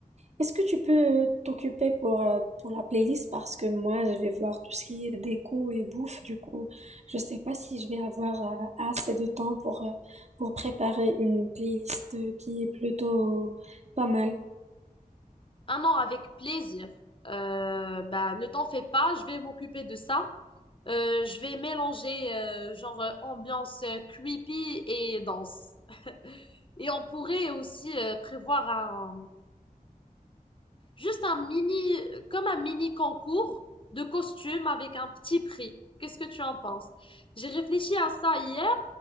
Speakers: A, on the right; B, on the left.
A: Est-ce que tu peux euh, t'occuper pour, euh, pour la playlist parce que moi, je vais voir tout ce qui est déco et bouffe. Du coup, je sais pas si je vais avoir euh, assez de temps pour, euh, pour préparer une playlist euh, qui est plutôt pas mal.
B: Ah non, avec plaisir. Euh, bah, ne t'en fais pas, je vais m'occuper de ça. Euh, je vais mélanger euh, genre euh, ambiance euh, creepy et danse. <laughs> Et on pourrait aussi euh, prévoir Juste un mini, comme un mini concours de costumes avec un petit prix. Qu'est-ce que tu en penses? J'ai réfléchi à ça hier